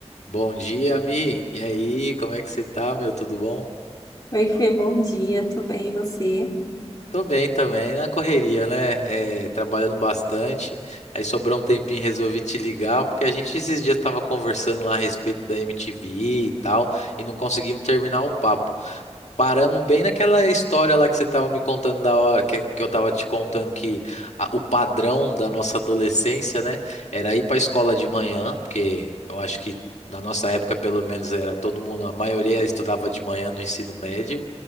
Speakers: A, on the left; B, on the left.
A: Bom dia, Mi. E aí, como é que você tá, meu? Tudo bom?
B: Oi, Fê, bom dia, tudo bem, e você?
A: Tô bem também, na correria, né? É, trabalhando bastante. Aí sobrou um tempinho, resolvi te ligar, porque a gente esses dias tava conversando lá a respeito da MTV e tal, e não conseguimos terminar o papo. Paramos bem naquela história lá que você estava me contando da hora, que, que eu estava te contando que a- o padrão da nossa adolescência, né, era ir para a escola de manhã, porque eu acho que na nossa época, pelo menos, era todo mundo, a maioria estudava de manhã no ensino médio,